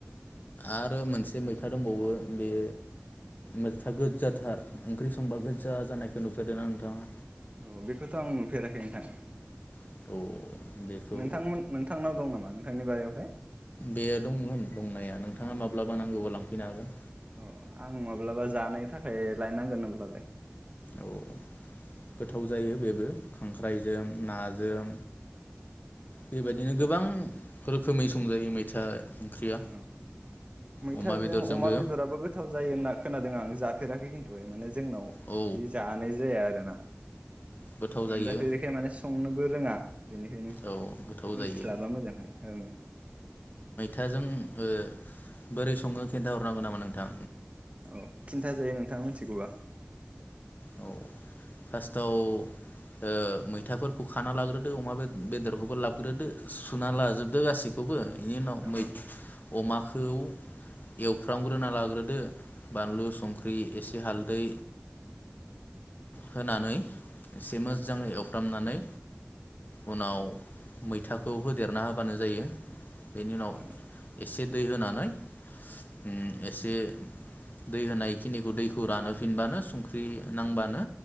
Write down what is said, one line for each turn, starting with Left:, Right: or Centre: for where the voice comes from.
Left: आरो मोनसे मैथा दंबावो बे मैथा गोजाथार ओंख्रि संबा गोजा जानायखौ नुफेरदों ना नोंथाङा
Right: औ बेखौथ' आं नुफेराखै नोंथां
Left: औ बेखौ
Right: नोंथांमोन नोंथांनाव दं नामा बिथांनि बारियावहाय
Left: बेयो दंमोन दंनाया नोंथाङा माब्लाबा नांगौबा लांफैनो हागोन
Right: औ आं माब्लाबा जानायनि थाखाय लायनांगोन होनब्लालाय
Left: औ गोथाव जायो बे <inaudible> खांख्राइजों नाजों बेबायदिनो गोबां रोखोमै संजायो मैथा ओंख्रिया
Right: ओ मैथाजों
Left: अमा बेदरजोंबो
Right: अमा बेदराबो गोथाव जायो ना खोनादों आं जाफेराखै खिनथु जोंनाव बिदि
Left: औ
Right: जानाय जाया आरो ना
Left: गोथाव जायो
Right: मोनजाफेरिखाय माने संनो बो रोङा बेनिखायनो
Left: औ गोथाव
Right: मिथिस्लाबा
Left: जायो
Right: मोजांहाय ओं
Left: ओ जों ओ बोरै सङो खोनथा ह हरनांगौ नामा नोंथां
Right: औ खिन्थाजायो नोंथाङा मिथिगौबा
Left: औ फार्स्टआव मैथाफोरखौ ओ खाना लाग्रोदो अमा बे बेदर बफोरखौबो लाबोग्रोदो सुना लाजोबदो गाससिखौबो बेनि उनाव
Right: ओं
Left: मै
Right: ओं
Left: अमा खौ एवफ्रामग्रोना लाग्रोदो बानलु संख्रि एसे हालदै होनानै एसे मोजाङै
Right: ओं
Left: एवफ्रामनानै उनाव मैथाखौ होदेरना होबानो जायो बेनि उनाव
Right: ओं
Left: एसे दै होनानै ओम एसे दै होनायखिनिखौ दैखौ रानो फिनबानो संख ख्रि नांबानो